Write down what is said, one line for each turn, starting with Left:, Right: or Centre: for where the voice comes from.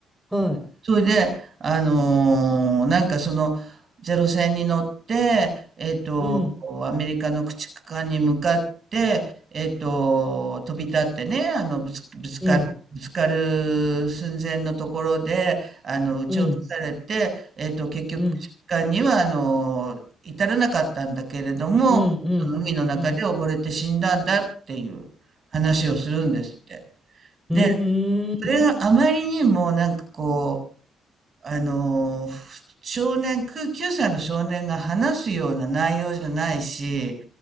Centre: はい、
Right: それで、あのーなんかその、ゼロ戦に乗って、えっと、
Centre: うん、
Right: アメリカの駆逐艦に向かって、えっと、飛び立ってね、あの、ぶつ、ぶつか、
Centre: うん、
Right: ぶつかる寸前のところで、あの、撃ち落とされて、
Centre: うん、
Right: えっと、結局、
Centre: うん、
Right: 駆逐艦には、あの、至らなかったんだけれども、
Centre: うん、うん、
Right: その海の中で溺れて死んだんだっていう話をするんですって。
Centre: うん、うん、うん、
Right: で、それがあまりにもなんかこう、あの、少年、く9歳の少年が話すような内容じゃないし、